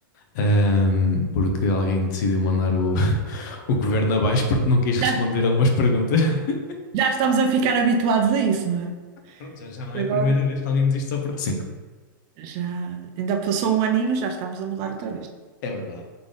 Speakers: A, on the left (about 60°); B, on the right (about 40°).
A: ahm, porque alguém decidiu mandar o, <laughs> o governo abaixo porque não quis responder
B: Já,
A: a algumas perguntas. <laughs>
B: já estamos a ficar habituados a isso, não é?
A: Pronto, já, já não é
B: Agora?
A: a primeira vez que alguém diz isto só porque sim.
B: Já, ainda passou um aninho, já estamos a mudar outra vez.
A: É verdade.